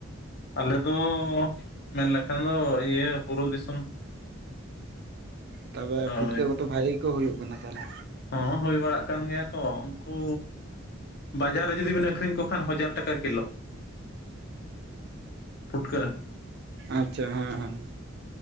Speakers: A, on the left (about 50°); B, on the right (about 55°).
A: ᱟᱞᱮ ᱫᱚ ᱢᱮᱱ ᱞᱮᱠᱷᱟᱱ ᱫᱚ ᱤᱭᱟᱹ ᱵᱩᱨᱩ ᱫᱤᱥᱚᱢ ᱾
B: ᱛᱚᱵᱮ ᱯᱷᱩᱴᱠᱟᱹ
A: ᱦᱳᱭ
B: ᱠᱚ ᱫᱚ ᱵᱷᱟᱜᱮ ᱜᱮ ᱠᱚ ᱦᱳᱭᱳᱜ ᱠᱟᱱᱟ ᱛᱟᱦᱚᱞᱮ
A: ᱦᱚᱸ ᱦᱳᱭ ᱵᱟᱲᱟᱜ ᱠᱟᱱ ᱜᱮᱭᱟ ᱠᱚ, ᱩᱱᱠᱩ ᱵᱟᱡᱟᱨ ᱨᱮ ᱡᱩᱫᱤ ᱵᱮᱱ ᱟᱹᱠᱷᱨᱤᱧ ᱠᱚ ᱠᱷᱟᱱ ᱦᱟᱡᱟᱨ ᱴᱟᱠᱟ ᱠᱤᱞᱳ ᱾ ᱯᱷᱩᱴᱠᱟᱹ,
B: ᱟᱪᱪᱷᱟ ᱦᱮᱸ ᱦᱮᱸ,